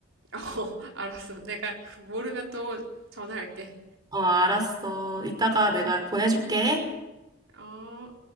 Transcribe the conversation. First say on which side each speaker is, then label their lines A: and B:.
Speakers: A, on the right; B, on the right.
A: <laughs> 어 알았어 내가 모르면 또 전화할게
B: 어, 알았어. 이따가 내가 보내줄게.
A: 어